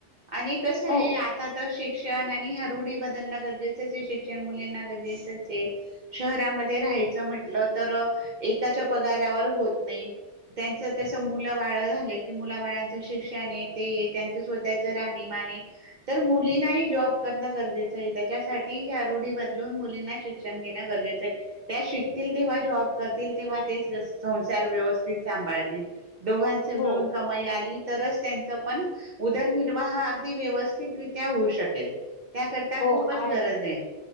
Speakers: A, on the right; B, on the left.
A: आणि कसं
B: हो
A: आहे आता तर शे क्षण आणि रूढी बदलणं गरजेचं ये शिक्षण मुलींना गरजेच आहे ते शहरामध्ये खायचं म्हटलं, तर एकक्याच्या पगारावर होत नाही, त्याचं तस मूल मूल झालं की मुला बाळांच शिक्षण ये त्यांच स्वतःच राहणीमान ये तर मुली जॉब करणं गरजेचं ये त्याच्यासाठी या रूढी बदलून मुलींना शिकणं घेणं गरजेचं आहे. शिकतील तेव्हा जॉब करतील, तेव्हा ते संसार व्यवस्थित सांभाळतील. दोघांचे मिळून
B: हो
A: कमाई आली. तरच त्यांच पण उदरनिर्वाह अगदी व्यवस्थितरित्या होऊ शकेल. त्याकरता
B: हो
A: खूपच
B: आणि
A: गरज आहे